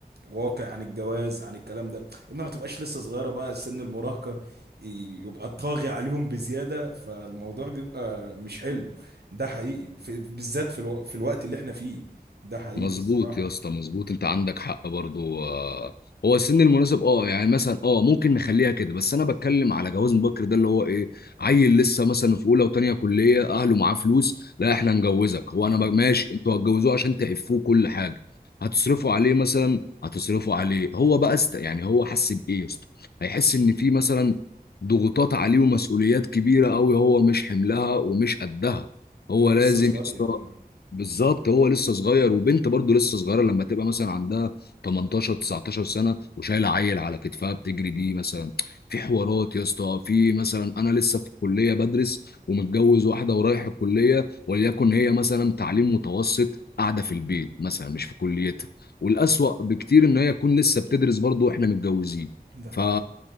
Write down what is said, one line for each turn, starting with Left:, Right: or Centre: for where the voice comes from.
Right: واقع عن الجواز عن الكلام ده اما ما تبقاش لسه صغيره بقى سن المراهقه يبقى طاغي عليهم بزياده فالموضوع بيبقى مش حلو ده حقيقي وفي- بالذات في الو... في الوقت اللي احنا فيه ده حقيقي
Left: مظبوط
Right: الصراحه
Left: يا اسطى مظبوط انت عندك حق برضو آه، هو السن المناسب اه يعني مثلا اه ممكن نخليها كده بس انا بتكلم على جواز مبكر ده اللي هو ايه عيل لسه مثلا في اولى وتانية كليه اهله معاه فلوس لا احنا نجوزك هو
Right: مهم.
Left: انا بق- ماشي انتوا هتجوزوه عشان تعفوه كل حاجه هتصرفوا عليه مثلا هتصرفوا عليه هو بقى است... يعني هو حس بايه يا اسطى هيحس ان في مثلا ضغوطات عليه ومسؤوليات كبيره قوي هو مش حملها ومش قدها هو
Right: انا لسه
Left: لازم
Right: صغير
Left: يا اسطى
Right: اه
Left: بالظبط هو لسه صغير وبنت برضه لسه صغيره لما تبقى مثلا عندها 18 19 سنه وشايله عيل على كتفها بتجري بيه مثلا في حوارات يا اسطى في مثلا انا لسه في الكليه بدرس ومتجوز واحده ورايح الكليه وليكن هي مثلا تعليم متوسط قاعده في البيت مثلا مش في كليتها والاسوأ بكتير ان هي تكون لسه بتدرس برضه واحنا متجوزين
Right: ده
Left: ف
Right: حقيقي